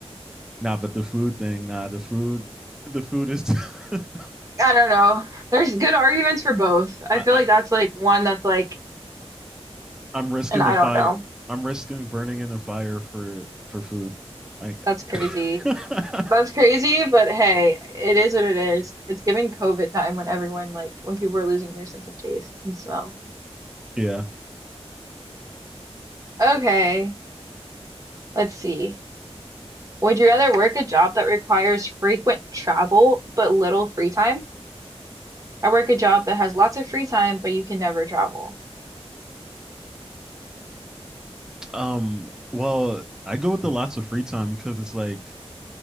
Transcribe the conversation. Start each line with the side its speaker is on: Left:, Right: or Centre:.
Centre: Nah, but the food thing, nah, the food, the food is. <laughs>
Right: I don't know. There's good arguments for both. I
Centre: I,
Right: feel like
Centre: I,
Right: that's like one that's like,
Centre: I'm risking
Right: and I
Centre: the fire.
Right: don't know.
Centre: I'm risking burning in the fire for for food. I.
Right: That's crazy.
Centre: <laughs>
Right: That's crazy, but hey, it is what it is. It's giving COVID time when everyone like when people are losing their sense of taste and smell.
Centre: yeah.
Right: Okay, let's see. Would you rather work a job that requires frequent travel but little free time? I work a job that has lots of free time, but you can never travel.
Centre: Um. Well, I go with the lots of free time because it's like